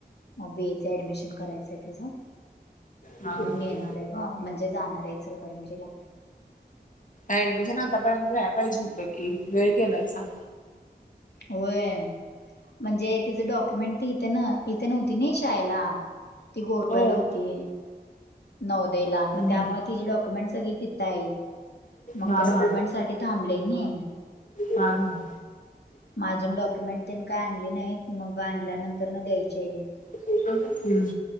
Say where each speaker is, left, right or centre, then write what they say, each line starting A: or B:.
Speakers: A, on the left; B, on the left.
A: बी ए ं ऍडमिशन करायचं आहे तिझं
B: हा हा.
A: म्हणून येणार आहे ग म्हणजे जाणार आहे चल करंजीला
B: ऍडमिशन आतापर्ंत या्याय पाहिजे होतं की वेळ केलाय सां.
A: होय म्हणजे तिचं डॉक्युमेंट त यथे ना इथे नव्हती ना शाळेला ती गोव्याला
B: हो.
A: होती. नौदयला मग
B: हम्म.
A: त्यामुळे तिी डॉक्युमेंट सग तिथं येई मग
B: हा
A: ते डॉक्युमेंटसाठी
B: हा.
A: थांबलेणे
B: हा हा
A: हम् माझून डॉक्युमेंट त्यांनी काही आणली नाहीत मग आणल्यानंतर न द्यायचे येईल.
B: हो हम्म